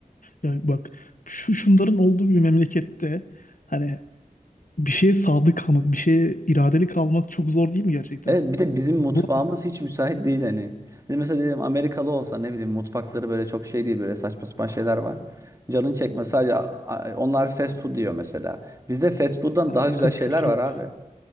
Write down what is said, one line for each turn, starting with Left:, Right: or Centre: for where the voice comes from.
Left: Ya bak şu şunların olduğu bir memlekette hani bir şeye sadık kalmak, bir şeye iradeli kalmak çok zor değil mi gerçekten?
Right: Evet bir de bizim mutfağımız
Left: Ama
Right: hiç müsait değil hani. Hani mesela diyelim Amerikalı olsa ne bileyim mutfakları böyle çok şey değil böyle saçma sapan şeyler var. Canın çekme sadece a- a- onlar fast food diyor mesela. Bizde fast food'dan
Left: Amerika'nın
Right: daha güzel şeyler
Left: kültürü
Right: var
Left: yok.
Right: abi.